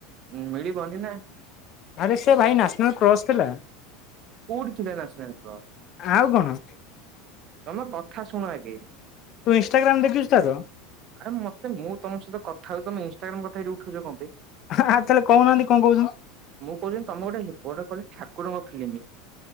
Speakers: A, on the right; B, on the left.
A: ହୁଁ ମିଳିିବନି ନା
B: ଆରେ ସେ ଭାଇ ନ୍ୟାସନାଲ କ୍ରସ ଥିଲା।
A: କୋଉଠି ଥିଲା ନ୍ୟାସନାଲ କ୍ରସ।
B: ଆଉ କଣ।
A: ତମେ କଥା ଶୁଣ ଆଗେ
B: ତୁ ଇନଷ୍ଟାଗ୍ରାମ ଦେଖିଛୁ ତାର
A: ଆରେ ମତେ ମୁଁ ତମ ସହିତ କଥା ହଉଛି ତମେ ଇନଷ୍ଟାଗ୍ରାମ କଥା ଏଠି ଉଠାଉଛ କଣ ପାଇଁ।
B: ହଁ ତାହେଲେ କହୁନାହାନ୍ତି କଣ କହୁଛ
A: ମୁଁ କହୁନି ତମେ ଗୋଟେ ବଡ଼ କଲି ଠାକୁରଙ୍କ ଫିଲ୍ମ।